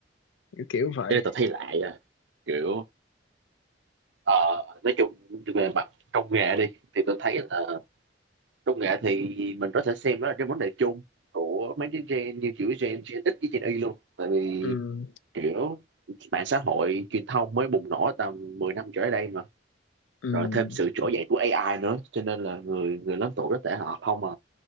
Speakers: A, on the left (about 85°); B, on the right (about 70°).
A: kiểu, kiểu vậy
B: Ê, tao thấy lại à. Kiểu ờ, nói chung về mặt công nghệ đi thì tôi thấy là công nghệ thì mình có thể xem đó là cái vấn đề chung của mấy cái gen như kiểu gen Gen X với Gen Y luôn tại vì
A: ừ
B: kiểu mạng xã hội truyền thông mới bùng nổ tầm 10 năm trở lại đây mà
A: ừ
B: rồi thêm sự trỗi dậy của AI nữa cho nên là người người lớn tuổi có thể họ không mà